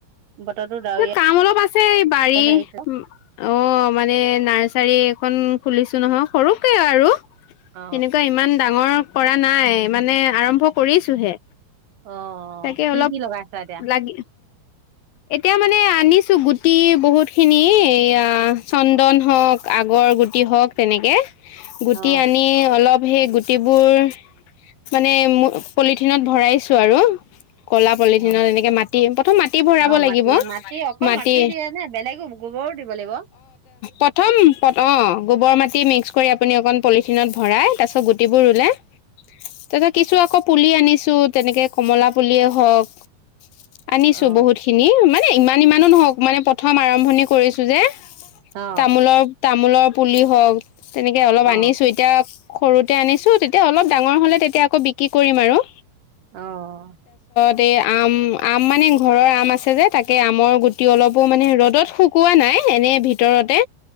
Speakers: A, on the right (about 80°); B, on the left (about 75°).
A: বতৰতো ডাৱৰীয়া
B: এ কাম অলপ আছে বাৰী
A: হৈ আহিছে
B: উম অ, মানে নাৰ্চাৰী এখন খুলিছো নহয় সৰুকে আৰু,
A: অ
B: এনেকুৱা ইমান ডাঙৰ কৰা নাই মানে আৰম্ভ কৰিছোহে।
A: অ',
B: তাকে
A: কি-কি
B: অলপ
A: লগাই আছা এতিয়া?
B: লাগি এতিয়া মানে আনিছো গুটি বহুত খিনি এয়া চন্দন হওক আগৰ গুটি হওক তেনেকে। গুটি
A: অ
B: আনি অলপ সেই গু গুটিবোৰ মানে পলিথিনত ভৰাইছো আৰু। কলা পলিথিনত
A: অ
B: এনেকে মাটি প্ৰথম মাটি ভৰাব
A: অ
B: লাগিব
A: মাটি মাটি অকল
B: মাটি
A: দিয়ে নে বেলেগো গোবৰো দিব লাগিব অ
B: প্ৰথম অ', গোবৰ মাটি মিক্স কৰি আপুনি অকণ পলিথিনত ভৰাই তাৰপছত গুটিবোৰ ৰুলে তাৰপ কিছু আকৌ পুলি আনিছো তেনেকে কমলা পুলিয়েই হওক আনিছো
A: অ
B: বহুত খিনি মানে ইমান ইমানো নহওক মানে প্ৰথম আৰম্ভণি কৰিছো যে।
A: অ
B: তামোলৰ তামোলৰ পুলি হওক তেনেকে অলপ
A: অ
B: আনিছো এটি সৰুতে আনিছো তেতিয়া অলপ ডাঙৰ হলে তেতিয়া আকৌ বিক্ৰী কৰিম আৰু।
A: অ',
B: আম-আম মানে ঘৰৰ আম আছে যে তাকে আমৰ গুটি অলপো মানে ৰ'দত শুকোৱা নাই এনে ভিতৰতে